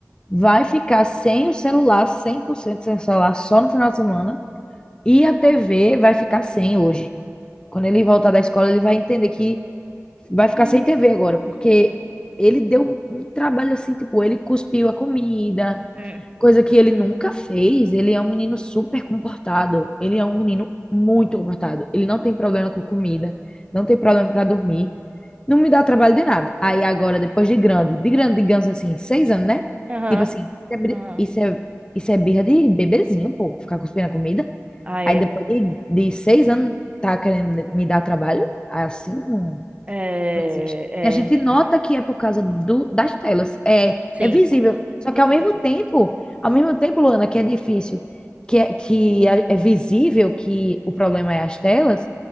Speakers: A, on the left (about 15°); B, on the right (about 25°).
A: Vai ficar sem o celular, 100% sem o celular, só no final de semana. E a TV vai ficar sem hoje. Quando ele voltar da escola, ele vai entender que vai
B: hum,
A: ficar sem TV agora,
B: hum,
A: porque ele deu um trabalho assim, tipo, ele cuspiu a comida,
B: hum.
A: coisa que ele nunca fez. Ele é um menino super comportado. Ele é um menino muito comportado. Ele não tem problema com comida, não tem problema para dormir, não me dá trabalho de nada. Aí agora, depois de grande, de grande, digamos assim, seis anos, né?
B: Aham,
A: Tipo assim, isso é, bri-
B: aham.
A: isso é, isso é birra de bebezinho, pô, ficar cuspindo a comida.
B: Ah, é.
A: Aí depois de, de seis anos, tá querendo me dar trabalho? Assim, não.
B: É,
A: Não existe. E a gente nota
B: é, é.
A: que é por causa do, das telas. É,
B: Sim,
A: é visível.
B: com to- com
A: Só
B: toda
A: que ao
B: certeza.
A: mesmo tempo, ao mesmo tempo, Luana, que é difícil, que é, que é é visível que o problema é as telas,